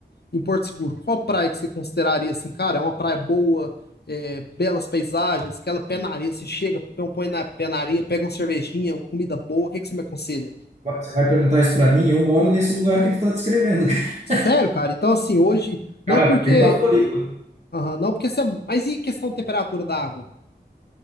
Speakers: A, on the left; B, on the right.
A: em Porto Seguro, qual praia que você consideraria assim, cara, é uma praia boa, é, belas paisagens, aquela pé na areia, você chega, põe na pé na areia, pega uma cervejinha, uma comida boa, o que, é que você me aconselha?
B: você vai perguntar isso para mim, eu moro nesse lugar que tu tá descrevendo, <laughs>
A: Sério, cara, então assim, hoje, não
B: cara,
A: porque,
B: vem para Floripa.
A: aham, não porque você, é, mas e questão de temperatura da água?